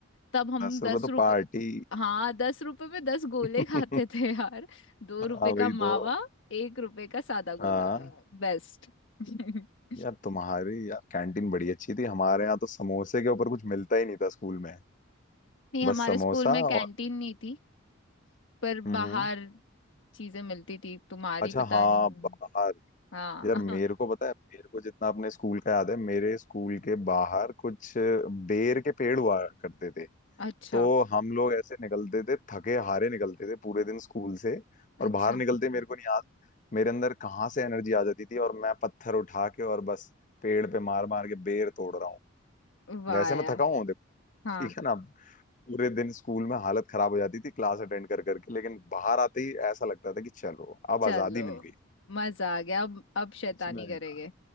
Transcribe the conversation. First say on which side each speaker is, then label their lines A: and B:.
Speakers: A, on the left; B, on the left.
A: तब हम
B: दस
A: दस
B: रुपए तो
A: रुपए
B: पार्टी
A: हाँ दस रुपए में दस गोले
B: <laughs>
A: खाते थे यार दो
B: हाँ
A: रुपए का
B: वही
A: मावा
B: तो
A: एक रुपए का सादा गोला
B: हाँ
A: बेस्ट <laughs>
B: यार तुम्हारी यार कैंटीन बड़ी अच्छी थी हमारे यहाँ तो समोसे के ऊपर कुछ मिलता ही नहीं था स्कूल में
A: नहीं
B: बस
A: हमारे
B: समोसा
A: स्कूल में कैंटीन
B: और
A: नहीं थी पर बाहर
B: हम्म
A: चीजें मिलती थी तुम्हारी
B: अच्छा
A: पता
B: हाँ
A: नहीं
B: बाहर
A: हाँ
B: यार मेरे को पता है मेरे को जितना अपने स्कूल का याद है मेरे स्कूल के बाहर कुछ बेर के पेड़ हुआ करते थे
A: <laughs> अच्छा
B: तो हम लोग ऐसे निकलते थे थके हारे निकलते थे पूरे दिन स्कूल से
A: अच्छा
B: और बाहर निकलते मेरे को नहीं याद मेरे अंदर कहाँ से एनर्जी आ जाती थी और मैं पत्थर उठा के और बस पेड़ पे मार मार के बेर तोड़ रहा हूँ
A: वाह
B: वैसे
A: यार
B: मैं थका हुआ हूँ देखो
A: हाँ
B: ठीक है ना पूरे दिन स्कूल में हालत खराब हो जाती थी क्लास अटेंड कर करके लेकिन बाहर आते ही ऐसा लगता था कि चलो अब
A: चलो
B: आजादी मिल गई
A: मजा आ गया अब अब शैतानी
B: सच में यार
A: करेंगे